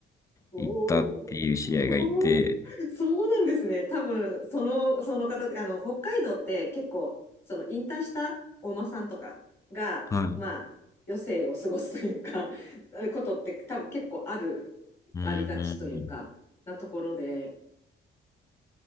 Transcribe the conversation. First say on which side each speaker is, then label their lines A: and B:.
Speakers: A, on the left; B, on the left.
A: お、
B: 行ったっていう知り合いがいて、
A: <laughs> そうなんですね。多分、その、その方、あの、北海道って結構、その引退したお馬さんとかが、
B: はい。
A: まあ、余生を過ごすというか、<laughs> ことって多分結構ある、
B: うんうんうん
A: ありがちというか、なところで、